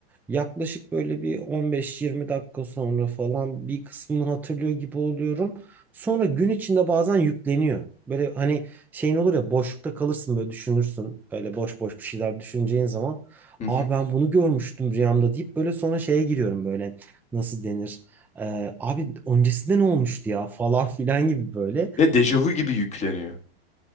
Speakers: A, in the centre; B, on the left (about 20°).
A: Yaklaşık böyle bir 15-20 dakika sonra falan bir kısmını hatırlıyor gibi oluyorum. Sonra gün içinde bazen yükleniyor. Böyle hani şeyin olur ya boşlukta kalırsın böyle düşünürsün. Böyle boş boş bir şeyler düşüneceğin zaman.
B: Hı hı.
A: Aa ben bunu görmüştüm rüyamda deyip böyle sonra şeye giriyorum böyle nasıl denir? Ee, abi öncesinde ne olmuştu ya falan filan gibi böyle.
B: Ve dejavu gibi yükleniyor.